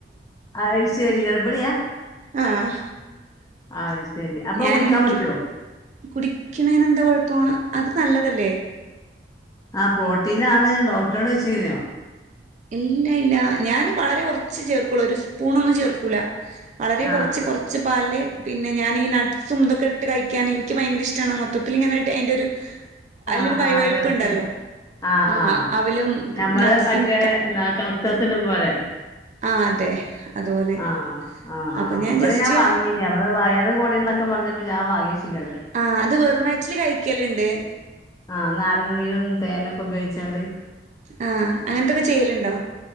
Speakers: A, on the left; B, on the right.
A: ആയിശരി ഗർബിണിയാ?
B: ആഹ്
A: ആ ശരി അപ്പൊ
B: ഞാൻ
A: കുടിക്കാൻ
B: എനിക്ക്
A: പറ്റുവോ
B: കുടിക്കണേന് എന്താ കുഴപ്പം അത് നല്ലതല്ലേ
A: ആ പ്രോട്ടീൻ ആണ് ഡോക്ടറോട് വെച്ച കുന്നോ
B: ഇല്ല ഇല്ല ഞാന് വളരെ ഉറച്ച് ചേർക്കുള്ളൂ ഒരു സ്പൂണോന്നും ചേർക്കൂല വളരെ
A: ആഹ്
B: കുറച്ച് കുറച്ച് പ്പാല് പിന്നെ ഞാൻ ഈ നട്സും ഇതൊക്കെ ഇട്ട് കഴിക്കാൻ എനിക്ക് ഭയങ്കര ഇഷ്ടണ് മൊത്തത്തിൽ ഇങ്ങനെ ഇട്ട് അയിൻ്റെ ഒരു അതിലൊരു
A: ആഹ് ആഹ്
B: വൈവഴിപ്പ്
A: ആഹ് ടെസ്റ്റ്
B: ഉണ്ടല്ലോ
A: ആഹ് ആഹ്
B: ആ അവലും
A: ഞമ്മള്
B: നട്സും
A: മറ്റേ എന്താ കാസ്കസിട്ടും പോലെ
B: ആഹ് അതെ അതുപോലെ
A: ആഹ് ആഹ്
B: അപ്പൊ
A: ആ അവിടെ
B: ജസ്റ്റ്
A: ഞാൻ വാങ്ങിയ നമ്മള് വയറ് കുടിന്നൊക്കെ പറഞ്ഞപ്പോ ഞാ വാങ്ങിയിച്ചില്ലാണ്
B: ആഹ് അത് വെറുുംയറ്റില് കഴിക്കലുണ്ട്
A: ആഹ് നാരങ്ങാ നീരൊന്നും തേനൊക്കെ ഉപയോഗിച്ചാണ്ട്
B: ആ അങ്ങനത്തൊക്കെ ചെയ്യലുണ്ടാ